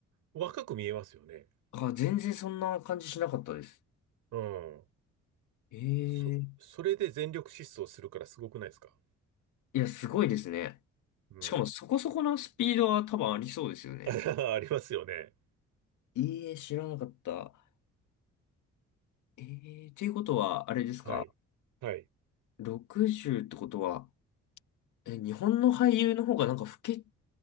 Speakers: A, on the right; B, on the left.
A: 若く見えますよね。
B: あ、全然そんな感じしなかったです。
A: うん。
B: ええ
A: そ、それで全力疾走するからすごくないですか
B: いや、すごいですね。
A: うん。
B: しかもそこそこのスピードは多分ありそうですよね。
A: <laughs> ありますよね。
B: ええ知らなかった。ええということは、あれですか
A: はい。はい。
B: ?60 ってことは、え、日本の俳優の方がなんか老け